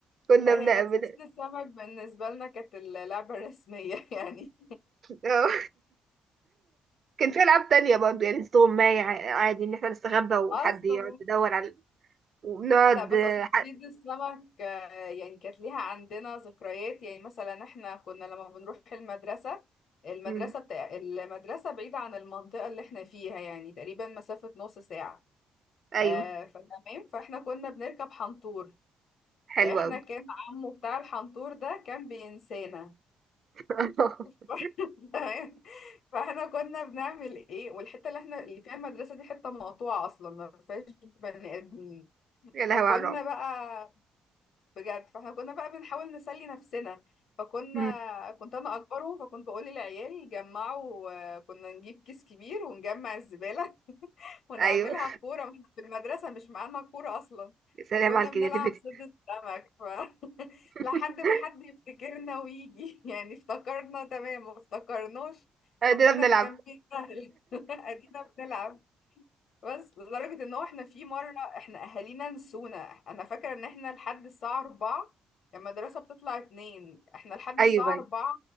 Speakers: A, on the right; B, on the left.
A: كنا
B: لا هي
A: بنعمل
B: كانت صيد السمك بالنسبة لنا كانت اللعبة الرسمية <laughs> يعني
A: اه كان في ألعاب تانية برضه يعني استغماية ع- عادي إن احنا نستخبى وحد
B: اصلا
A: يقعد يدور على وبنقعد
B: لا بس
A: آه،
B: اصل
A: ح...
B: صيد السمك آه، يعني كانت ليها عندنا ذكريات يعني مثلا احنا كنا لما بنروح المدرسة المدرسة
A: مم.
B: بتاع المدرسة بعيدة عن المنطقة اللي احنا فيها يعني تقريبا مسافة نص ساعة
A: أيوه
B: آه فتمام فاحنا كنا بنركب حنطور
A: حلو
B: فاحنا
A: أوي
B: كان عمو بتاع الحنطور ده كان بينسانا
A: <laughs>
B: <laughs> تمام فاحنا كنا بنعمل ايه والحتة اللي احنا اللي فيها المدرسة دي حتة مقطوعة اصلا ما فيهاش بني ادمين
A: يا لهوي
B: فكنا
A: على الرعب
B: بقى بجد فاحنا كنا بقى بنحاول نسلي نفسنا فكنا
A: مم.
B: كنت انا اكبرهم فكنت بقول للعيال جمعوا آه، كنا نجيب كيس كبير ونجمع الزبالة <laughs> ونعملها
A: أيوه
B: كورة ما إحنا في المدرسة مش معانا كورة اصلا
A: يا سلام
B: وكنا
A: على الكرياتيفيتي
B: بنلعب صيد السمك ف <laughs>
A: <laughs>
B: لحد ما حد يفتكرنا ويجي <laughs> يعني افتكرنا تمام ما افتكرناش
A: قاعدين
B: ربنا
A: بنلعب
B: كان فيه سهل <laughs> ادينا بنلعب بس لدرجة ان هو احنا في مرة احنا اهالينا نسونا انا فاكرة ان احنا لحد الساعة 4 لما المدرسة بتطلع اتنين احنا لحد
A: ايوه
B: الساعة 4